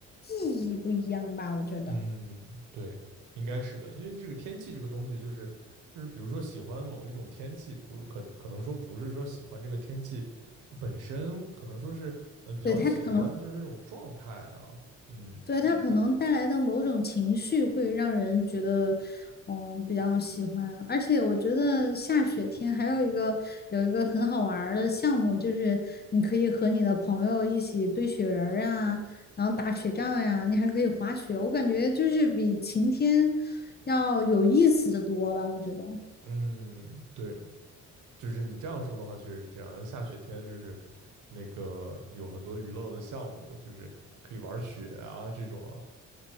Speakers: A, on the left; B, on the right.
A: 意义不一样吧，我觉得，
B: 嗯，对，应该是的，因为这个天气这个东西，就是就是，比如说喜欢某一种天气，不是可可能说不是说喜欢这个天气本身，可能说是嗯比较喜欢就是那种状态啊，
A: 对，他可能
B: 嗯
A: 对，它可能带来的某种情绪会让人觉得，嗯，比较喜欢。而且我觉得下雪天还有一个有一个很好玩儿的项目，就是你可以和你的朋友一起堆雪人儿啊，然后打雪仗呀，你还可以滑雪。我感觉就是比晴天要有意思的多吧，我觉得。
B: 嗯，对，就是你这样说的话，确实是这样。下雪天就是那个有很多娱乐的项目，就是可以玩雪啊这种啊，